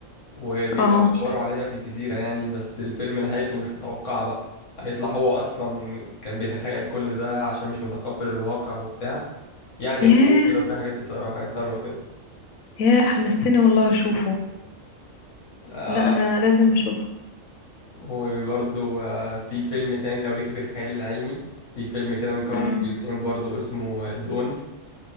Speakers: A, on the left; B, on the left.
A: وبيحاولوا
B: اه
A: يدوروا عليها في الجزيرة يعني بس الفيلم نهايته مش متوقعة بقى هيطلع هو أصلا كان بيتخيل كل ده عشان مش متقبل الواقع وبتاع يعني
B: ياه
A: غموض كده وفي حاجات إثارة وحاجات حلوة كده
B: ياه حمستني والله اشوفه
A: آه
B: لا انا لازم اشوفه
A: وبرضو آه في فيلم تاني لو ليكي في الخيال العلمي في فيلم كده مكون
B: امم
A: من جزئين برضو اسمه دون